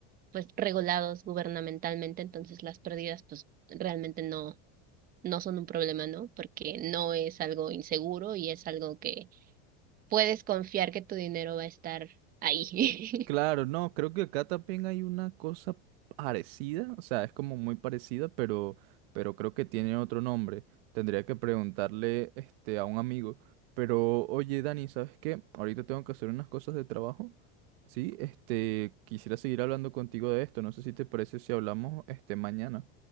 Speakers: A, on the right (about 25°); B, on the right (about 65°).
A: pues regulados gubernamentalmente, entonces las pérdidas pues realmente no no son un problema, ¿no? Porque no es algo inseguro y es algo que puedes confiar que tu dinero va a estar ahí.
B: Claro,
A: <laughs>
B: no, creo que acá también hay una cosa parecida, o sea, es como muy parecida, pero, pero creo que tiene otro nombre. Tendría que preguntarle este, a un amigo. Pero, oye, Dani, ¿sabes qué? Ahorita tengo que hacer unas cosas de trabajo. Sí, este, quisiera seguir hablando contigo de esto. No sé si te parece si hablamos este mañana.